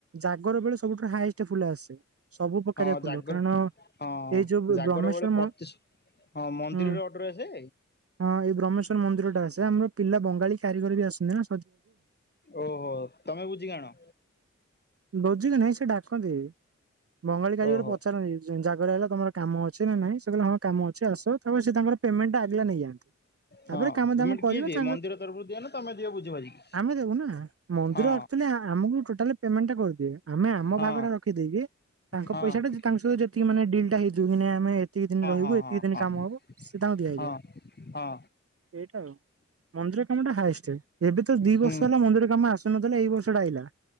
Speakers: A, on the right (about 50°); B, on the left (about 35°).
A: ଜାଗର ବେଳେ ସବୁଠୁ ହାଏଷ୍ଟ ଫୁଲ ଆସେ। ସବୁ ପ୍ରକାରିଆ
B: ହଁ
A: ଫୁଲ
B: ଜାଗର
A: କାରଣ
B: ହଁ
A: ଏଇ ଯୋଉ
B: ଜାଗର
A: ବ୍ରହ୍ମେଶ୍ଵର
B: ବେଳେ ପ୍ରତି
A: ମ
B: ହଁ ମନ୍ଦିରର
A: ହୁଁ
B: ଅଟୋରେ ଆସେ
A: ହଁ ଏଇ ବ୍ରହ୍ମେଶ୍ଵର ମନ୍ଦିର ଟା ଆସେ ଆମର ପିଲା ବଙ୍ଗାଳୀ କାରିଗର ବି ଆସନ୍ତି ନାଁ
B: ଓହୋ ତମେ ବୁଝିକି ଆଣ
A: ବୋଝିକି ନାଇଁ ସେ ଡାକନ୍ତି ବଙ୍ଗାଳୀ କାରିଗର
B: ଓହୋ
A: ପଚାରନ୍ତି ଜାଗର ରେ ତମର କାମ ଅଛି ନା ନାଇଁ ହଁ କାମ ଅଛି ଆସ ତାପରେ ସେ ତାଙ୍କର ପେମେଣ୍ଟ ଟା ଆଜି ଆଗେଲା ନେଇଯାନ୍ତି ତାପରେ
B: ହଁ
A: କାମ
B: ପେମେଣ୍ଟ
A: ଦାମ କରିବେ
B: କିଏ ଦିଏ
A: ତାପରେ
B: ମନ୍ଦିର ତରଫରୁ ଦିଅ ନା ତମେ ଦିଅ ବୁଝି ବାଝିକି
A: ଆମେ ଓନର ନା ମନ୍ଦିର
B: ହଁ
A: ଆକ୍ଚୁଆଲି ଆମକୁ ଟୋଟାଲି କନ ଟା କହୁଥିବେ। ଆମେ ଆମ
B: ହଁ
A: ଭାଗ ଟା ରଖିଦେଇକି ତାଙ୍କ
B: ହଁ ହଁ
A: ପଇସା ଟା ଯେତି ତାଙ୍କ ସହିତ ଯେତିକି ମାନେ ଡିଲ୍ ଟା ହେଇଥିବ ମାନେ ଆମେ ଏତିକି ଦିନ ରହିବୁ
B: ହଁ
A: ଏତିକି
B: ହଁ
A: ଦିନ
B: ହଁ
A: କାମ ହବ ସେ ତାଙ୍କୁ ଦିଆ ହେଇଯାଏ
B: ହଁ ହଁ
A: ଏଇଟା ଆଉ ମନ୍ଦିର। କାମଟା ହାଏଷ୍ଟ। ଏବେ ତ ଦି
B: ହୁଁ
A: ବର୍ଷ ହେଲା ମନ୍ଦିର କାମ ଆସୁନଥିଲା ଏଇ ବର୍ଷା ଟା ଆଇଲା।